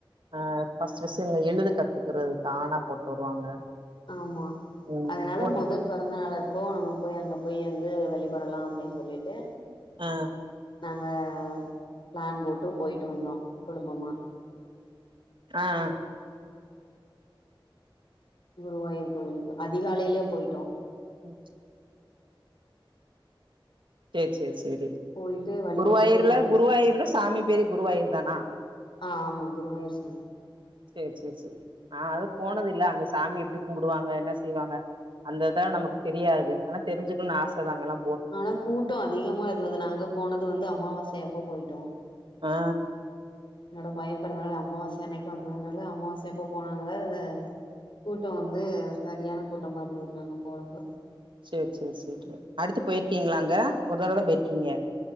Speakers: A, on the right; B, on the left.
A: ஆ பஸ்ட்பஸ்டு எழுத கத்துக்கிறதுக் ஆ னா போட்டு வருவாங்க
B: ஆமா
A: ம்
B: அதனால
A: போட்
B: முதல் பிறந்தநாளா அப்போ நம்ம போய் அங்க போய் எந்து வழிபடலா அப்டின் சொல்லிட்டு
A: ஆ
B: நாங்க பிளான் போட்டு போய்ட்டு வந்தோ குடும்பமா
A: ம் ம்
B: குருவாயிர் கோவிலுக்கு அதிகாலைலே போயிட்டோ
A: ம் சேர் சேர் சேரி
B: போயிட்டு வழிபட்டுட்டு
A: குருவாயூர்ல
B: வந்தாச்சு
A: குருவாயூர்ல சாமி பேரு குருவாயூர் தானா
B: ஆமா குருவாயூர் சாமி
A: சேர் சேர் சேரி ஆ அது போனதில்ல அந்த சாமி எப்டி கும்புடுவாங்க என்ன செய்வாங்க அந்த இதா நமக்கு தெரியாது ஆனா தெரிஞ்சுக்கணு ஆச தா அங்க எல்லா
B: ஆனா கூட்டோ அதிகமா இருந்தது நாங்க போனது வந்து அமாவாசையப்ப போயிட்டோ
A: ஆ
B: என்னோட பைய பெறந்தநாள் அமாவாச அன்னைக்கு வந்ததுனால அமாவாசைபப்போ போனதுனால இது கூட்டோ வந்து சரியான கூட்டமா இருந்தது நாங்க போனப்ப
A: சேர் சேர் செரி அடுத்து போயிரிக்கீங்களா அங்க ஒரு தடவத்த போயிரிக்கீங்க